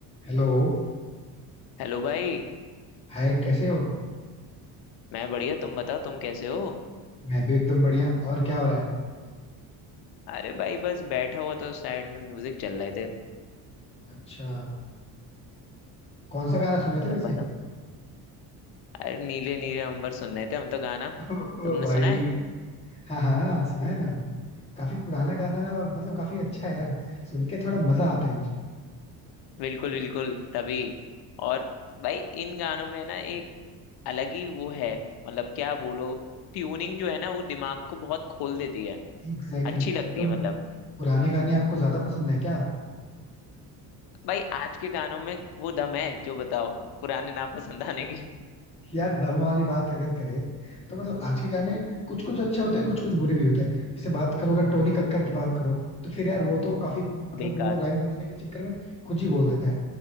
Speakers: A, on the left; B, on the left.
A: हेलो
B: Hello भाई
A: हाय कैसे हो
B: मैं बढ़िया तुम बताओ तुम कैसे हो
A: मैं भी एकदम बढ़िया और क्या हो रहा है
B: अरे भाई बस बैठा हुआ तो साइड में म्यूजिक चल रहे थे
A: अच्छा कौन सा गाना सुने थे
B: तुम
A: वैसे
B: बताओ अरे नीले नीले अंबर सुन रहे थे हम तो गाना
A: <laughs> ओहो
B: तुमने
A: भाई
B: सुना है
A: हाँ हाँ सुना है ना काफी पुराना गाना है और मतलब काफी अच्छा है यार सुन के थोड़ा मजा आता है मुझे।
B: बिल्कुल बिल्कुल तभी और भाई इन गानों में ना एक अलग ही वो है मतलब क्या बोलो ट्यूनिंग जो है ना वो दिमाग को बहुत खोल देती है
A: Exactly
B: अच्छी
A: exactly.
B: लगती
A: तो
B: है मतलब
A: मतलब पुराने गाने आपको ज्यादा पसंद है क्या
B: भाई आज के गानों में वो दम है जो बताओ पुराने नापसंद आने की
A: यार दम वाली बात अगर करें तो मतलब आज के गाने कुछ कुछ अच्छे होते हैं कुछ कुछ बुरे भी होते हैं जैसे बात करो अगर टोनी कक्कर की बात करो तो फिर यार वो तो काफी मतलब
B: बेकार
A: वो राइम बनाने के चक्कर में खुद ही बोल देता है